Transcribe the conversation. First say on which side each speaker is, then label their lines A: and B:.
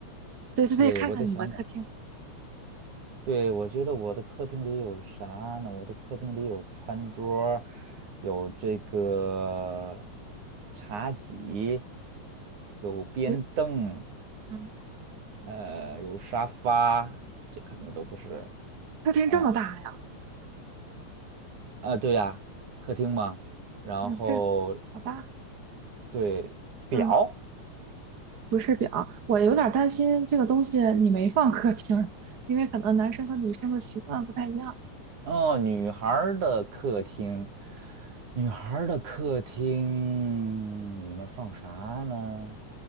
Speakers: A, on the right; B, on the right.
A: 对对对，
B: 对，
A: 看看你的客厅，
B: 我得想想。对，我觉得我的客厅里有啥呢？我的客厅里有餐桌儿有这个茶几，有边凳，
A: 有，嗯，
B: 呃，有沙发，这肯定都不是。
A: 客厅这么大呀，
B: 嗯啊，对呀，客厅嘛。然后
A: 哎呦这好大，
B: 对表，
A: 嗯，不是表，我有点儿担心这个东西你没放客厅，因为可能男生和女生的习惯不太一样。
B: 哦，女孩儿的客厅，女孩儿的客厅里面放啥呢？